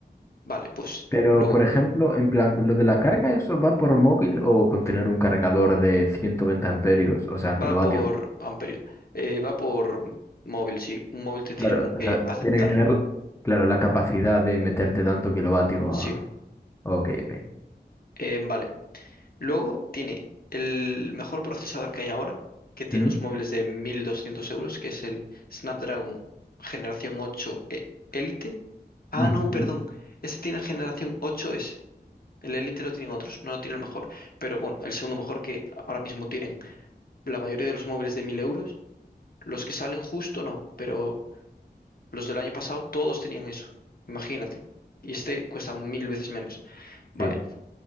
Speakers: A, on the left (about 60°); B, on the left (about 15°).
A: Vale, pues
B: Pero,
A: luego
B: por ejemplo, en plan, ¿lo de la carga, eso va por móvil o con tener un cargador de 120 amperios, o sea, kilovatios?
A: va por amperios eh, va por móvil, sí. Un móvil te
B: Claro,
A: tiene como
B: o
A: que
B: sea,
A: aceptar.
B: tiene que tener, claro, la capacidad de meterte tanto kilovatio
A: Sí,
B: a... Ok, ok.
A: Eh, vale. Luego tiene el mejor procesador que hay ahora, que tiene
B: ¿Mm?
A: los móviles de 1200 euros, que es el Snapdragon Generación ocho E- Elite. Ah,
B: <laughs>
A: no, perdón.
B: Mm,
A: Este tiene generación ocho s El Elite lo tienen otros, no lo tiene el mejor. Pero bueno, el segundo mejor que ahora mismo tienen la mayoría de los móviles de 1000 euros. Los que salen justo no, pero los del año pasado todos tenían eso. Imagínate. Y este cuesta mil veces menos. Vale.
B: Sí.